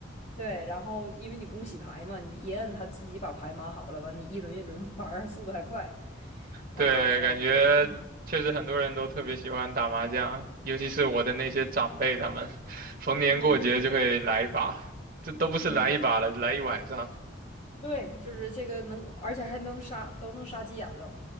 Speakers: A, on the left; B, on the right.
A: 对，然后因为你不用洗牌嘛，你一摁它自己把牌码好了，完你一轮一轮 <laughs> 玩儿，速度还快。哇塞，
B: 对，感觉确实很多人都特别喜欢打麻将，
A: 嗯
B: 尤其是我的那些长辈，他们 <laughs> 逢年过节就会来一把，
A: 嗯
B: 这都不是来一把了，
A: 嗯，
B: 来一晚上。
A: 对，就是这个能，而且还能杀，都能杀急眼了，